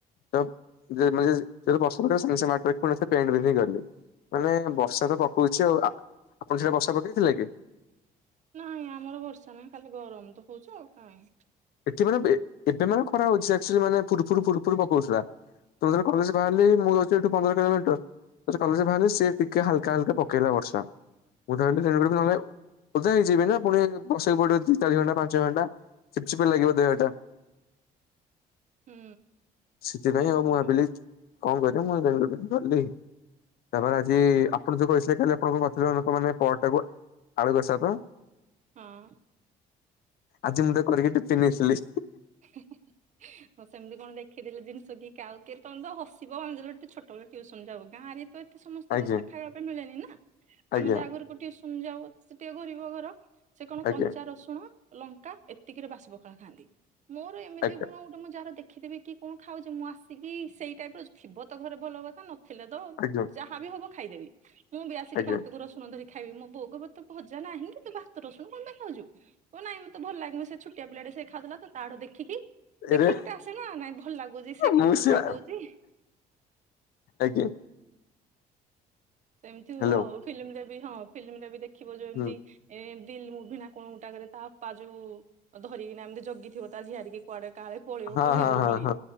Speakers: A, on the left; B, on the right.
A: ତ <unintelligible> ପେଣ୍ଟ ପିନ୍ଧୀକି ଗଲି। ମାନେ ବର୍ଷା ତ ପକଉଛି ଆଉ ଆ ଆପଣ ସେଆଡ଼େ ବର୍ଷା ପକେଇଥିଲା କି?
B: ନାଇଁ ଆମର ବର୍ଷା ନାହିଁ ଖାଲି ଗରମ ତ ହଉଚି ଆଉ କାଇଁ।
A: ଏଠି ମାନେ ବେ ଏବେ ମାନେ ଖରା ହଉଚି ସେ ଆକ୍ଚୁଆଲି ମାନେ ଫୁଡୁ ଫୁଡୁ ଫୁଡ଼ୁ ଫୁଡୁ ପକଉଥିଲା। ମୁଁ ଯେତେଳେ କଲେଜ ବାହାରିଲି ମୁଁ ରହୁଚି ଏଠୁ ପନ୍ଦର କିଲୋମିଟର। ଜଷ୍ଟ କଲେଜ ରୁ ବାହାରିଲି ସେ ଟିକେ ହାଲକା ହାଲକା ପକେଇଲା ବର୍ଷା। <unintelligible> ଚିପପା ଲାଗିବ ଦେହଟା।
B: ହୁଁ।
A: ସେଥିପାଇଁ
B: କଣ
A: ଆଉ
B: କରିବାକୁ।
A: ମୁଁ ଭାବିଲି କଣ କରିମି <unintelligible> ତାପରେ ଆଜି ଆପଣ ଯୋଉ କହସ କାଲି ଆପଣ କଣଥିଲେ ଲୋକ ମାନେ ପରଟାକୁ ଆଳୁ କସା ପା।
B: ହଁ।
A: ଆଜି ମୁଁ ତାକୁ କରିକି ଟିଫନ୍ ନେଇଥିଲି।
B: ହେ ହେ ହେ। ହଁ ସେମିତି କଣ ଦେଖିଦେଲେ ଜିନିଷ କି କାଉ କି ତମେ ତ ହସିବ ମାନେ ଟିକେ ଛୋଟବେେଳେ ଟ୍ୟୁସନ ଯାଉ ଗାଁ ରେ ତ ଏ ସମସ୍ତଙ୍କୁ
A: ଆଜ୍ଞା
B: ଘରେ ଖାଇବା ପାଇଁ ମିଳେନି ନା
A: ଆଜ୍ଞା
B: ଆମେ ଯା ଘରୁକୁ ଟେ ଟିଉସନ ଯାଉ ସେ ଟିକେ ଗରିବ ଘର ସେ କଣ
A: ଆଜ୍ଞା
B: କଞ୍ଚା ରସୁଣ ଲଙ୍କା ଏତିକିରେ ବାସି ପଖାଳ ଖାଆନ୍ତି ମୋର ଏମିତି
A: ଆଜ୍ଞା
B: ଗୁଣ ଗୋଟେ ମୁଁ ଯାହାର ଦେଖିଦେବି କି କଣ ଖାଉଛି ମୁଁ ଆସିକି ସେଇ ଟାଇପ ର ଥିବ ତ ଘରେ ଭଲ କଥା ନଥିଲେ ତ
A: ଆଜ୍ଞା
B: ଯାହା ହା ବିି ହବ ଖାଇଦେବି ମୁଁ ବି ଆସିକି
A: ଆଜ୍ଞା
B: ଭାତକୁ ରଶୁଣ ଧରିକି ଖାଇବି ମୋ ବୋଉ କହବ ତ ଭଜା ନାହିଁ କି ତୁ ଭାତ ରସୁଣ କଣ ପାଇଁ ଖାଉଛୁ। କ ନାଇଁ ମତେ ଭଲ ଲାଗେ ନି ସେ ଛୋଟିଆ ପିଲା ଟେ ସେ ଖାଉ ଥିଲା ତ ତା ଆଡୁ ଦେଖିକି
A: ଏରେ
B: ଦେଖିକି ଗୋଟେ ଆସେ ନା ନାଇଁ ଭଲ ଲାଗୁଛି ସେ କେମିତି
A: ମୁଁ ସେଆ
B: ଖାଇଦଉଛି।
A: ଆଜ୍ଞା।
B: ସେମିତି
A: ହ୍ୟାଲୋ
B: ହୁଏ ଆଉ ଫିଲ୍ମ ରେ ବି ହଁ ଫିଲ୍ମ ରେ ବି ଦେଖିବ ଯୋଉ ଏମିତି
A: ହୁଁ
B: ଏ ଦିଲ୍ ମୁଭିନା କଣ ଗୋଟା କରେ ତା ତା ଯୋଉ ଧରିକିନା ଏମିତି ଜଗିଥିବ ତା ଝିଆରିକି। କୁଆଡେ କାଳେ ପଳେଇବ
A: ହଁ
B: କଲେଜରୁ
A: ହଁ ହଁ
B: ବୁଲି।
A: ହଁ